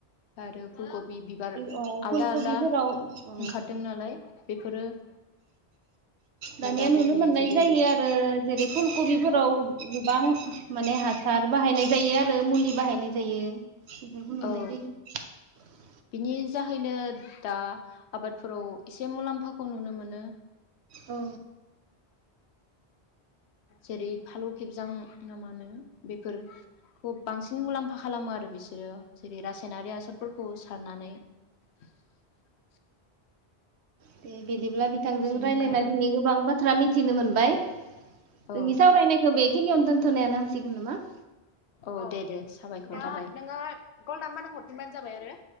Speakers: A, on the left; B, on the right.
A: आरो फुल कबि बिबार
B: औ फुलकबिफोराव
A: आलदा आलदा
B: अ
A: ओंखारदों नालाय बेफोरो <inaudible>
B: दानिया
A: बान्दा
B: नुनो
A: कबि
B: मोननाय
A: जेरै
B: जायो आरो जेरै फुलकबिफोराव औ गोबां माने हासार बाहायनाय जायो आरो मुलि बाहायनाय जायो। बेखौ नुनाय
A: औ
B: जायो
A: बिनि जाहैनो दा आबादफोराव एसे मुलाम्फाखौ नुनो मोनो।
B: औ
A: जेरै फालौ खेबजां ना माहोनो बेफोरखौ बांसिन मुलाम्फा। खालामो आरो बिसोरो जेरै रासायनारि हासारफोरखौ सारनानै- <unintelligible>
B: बे बिद बिदिब्ला बिथांजों
A: जिंखा
B: रायज्लायना दिनै गोबां बाथ्रा मिथि मिथिनो मोनबाय। जोंनि
A: औ
B: सावरायनायखौ बेखिनियावनो दोनथ थनाया नांसिगोन नामा?
A: औ दे दे साबायखर
B: औ
A: थाबाय
B: दे
A: नोङो गलदानबा नों हरफिनबानो जाबाय आरो